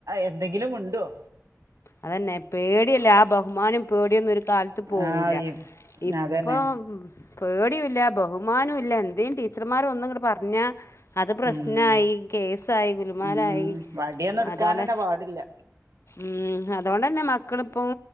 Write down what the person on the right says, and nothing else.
എന്തെങ്കിലും മി മിണ്ടുവോ
ആഹ് ഈ
അതന്നെ
ഉം
ഉം വടിയൊന്നും എടുക്കാനന്നെ
പാടില്ല